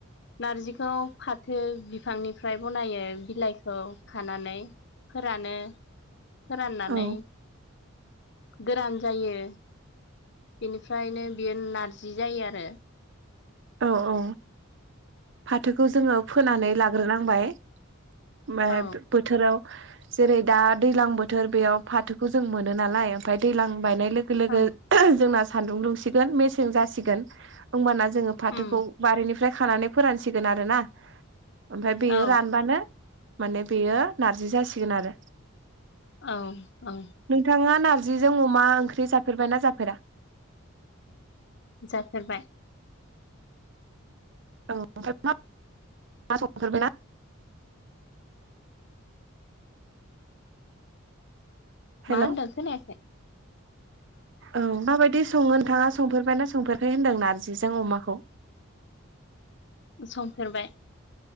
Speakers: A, on the left (about 55°); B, on the right (about 55°).
A: नारजिखौ फाथो बिफांनिफ्राय बनायो बिलाइखौ खानानै फोरानो फोराननानै
B: औ
A: गोरान जायो। बेनिफ्रायनो बियो नारजि जायो आरो।
B: औ औ फाथोखौ जोङो फोनानै लाग्रोनांबाय। <unintelligible>
A: औ
B: बोथोराव जेरै दा दैलां बोथोर बेयाव फाथोखौ जों मोनो नालाय ओमफ्राय दैलां बायनाय लोगो लोगो
A: औ
B: जोंना सान्दुं दुंसिगोन मेसें जासिगोन होमबाना जों फाथोखौ
A: उम
B: बारिनि ओमफ्राय खानानै फोरानसिगोन आरो ना? ओमफ्राय बेयो
A: औ
B: रानबानो माने बेयो नारजि जासिगोन आरो
A: औ औ
B: नोंथाङा नारजिजों अमा ओंख्रि जाफेरबायना जाफेरा?
A: जाफेरबाय
B: औ ओमफ्राय <unintelligible> फेरबाय ना? हेल'
A: मा होनदों खोनायाखै?
B: औ माबायदि? संङो नोंथाङा संफेरबायना संफेराखै होनदों नारजिजों अमाखौ?
A: सफेरबाय